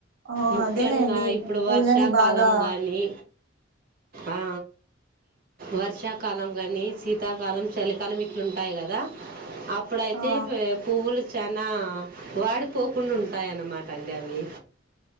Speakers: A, on the right; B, on the right.
A: ఓ
B: ముఖ్యంగా
A: అదేలేండి
B: ఇప్పుడు
A: పూలని
B: వర్షాకాలం
A: బాగా
B: గానీ ఆ వర్షాకాలం గానీ శీతాకాలం చలికాలం ఇట్లుంటాయి గదా అప్పుడైతే
A: ఆ
B: పువ్వులు చానా వాడిపోకుండా ఉంటాయిన్నమాట అండి అవి